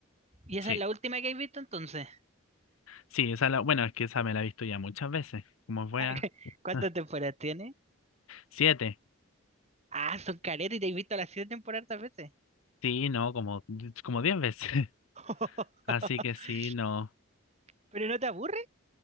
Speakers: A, on the right; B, on the left.
A: ¿Y esa
B: Sí,
A: es la última que has visto entonces?
B: sí, esa la, bueno, es que esa me la he visto ya muchas veces, como fuera.
A: Ah, <laughs> ¿Cuántas
B: <laughs>
A: temporadas tiene?
B: Siete,
A: Ah, son caretas y te has visto las siete temporadas a veces.
B: sí, no, como, como diez veces.
A: <laughs>
B: <laughs> Así que sí, no,
A: ¿Pero no te aburre?